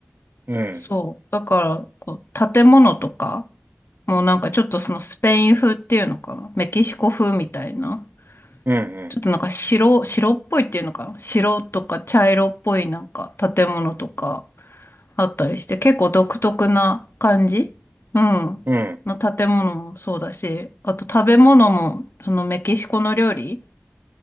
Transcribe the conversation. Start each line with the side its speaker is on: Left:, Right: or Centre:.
Right: うん。
Left: そう。だから、こう、建物とか、もうなんかちょっとそのスペイン風っていうのかな。メキシコ風みたいな。
Right: うん、
Left: ちょっとなんか白、白っぽいっていうのかな。白とか茶色っぽいなんか建物とかあったりして、結構独特な感じうん。
Right: うん。うん、
Left: の建物もそうだし、あと食べ物も、そのメキシコの料理、